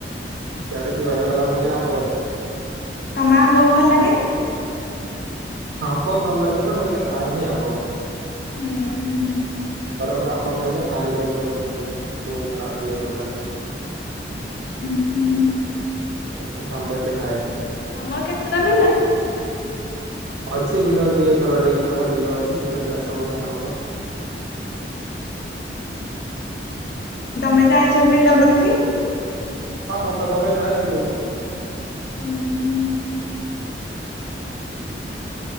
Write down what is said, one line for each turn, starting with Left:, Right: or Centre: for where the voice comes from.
Right: ସିଆଡେ ଯୁଆଡେ ଗଲାବେଳୁ ଖାଲି ଆମ୍ବ ଗଛ।
Left: ତମ ଆମ୍ବକୁ ଭଲ ଲାଗେନି?
Right: ହମ୍ବ ଭଲ ଲାଗେ ବଟ ମୁଁ ଏତେ ଖାଏନି ଆମ୍ବ
Left: ହୁଁ ହୁଁ।
Right: ଗରମରେ ଆମ୍ବ ଖାଇଲେ ବାହାରି ଯାଏ ମୋର ମୁହଁରେ ବହୁତ ସାରା ଇଏଇ ଭଳିଆ
Left: ହୁଁ ହୁଁ
Right: ମୁଁ ଆମ୍ବ ଏତେ ଖାଏନି।
Left: ଆମର କେତେଟା ପିଲା?
Right: ଅଛି ବିଲ ଦି ଏକର ଅଢେଇ ଏକର ଭଳିଆ ବିଲ ଅଛି ସେଥିରେ ଚାଷ ହୁଏ ଧାନ ବଗ।
Left: ତମେ ଯାଇଛ ବିଲକୁ ଦେଖି?
Right: ହଁ ମୁଁ ତ ଗଲେ ଯାଏ ବିଲ କୁ
Left: ଉଁ ହୁଁ।